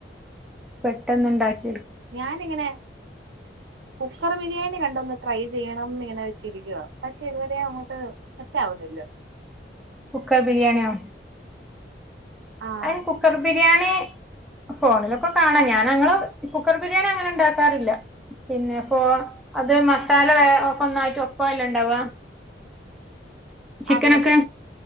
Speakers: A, in the centre; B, on the right.
A: പെട്ടെന്ന് ഉണ്ടാക്കി
B: ഞാനിങ്ങനെ കുക്കർ ബിരിയാണി കണ്ട ഒന്ന് ട്രൈ ചെയ്യണം ഇങ്ങനെ വെച്ചിരിക്കുക പക്ഷെ ഇതുവരെ സെറ്റ് ആവുന്നില്ല
A: കുക്കർ ബിരിയാണിയോ
B: ആഹ്
A: ആയിൻ കുക്കർ ബി രിയാണി ഫോണിലൊക്കെ കാണാം ഞാൻ ഞങ്ങള് കുക്കർ ബിരിയാണി അങ്ങനെ ഉണ്ടാക്കാറില്ല പിന്നെപ്പോ അത് മസാല ഒന്നായിട്ട് ഒപ്പല്ല ഉണ്ടാവ ചിക്കനൊക്കെ
B: അതെ അതെ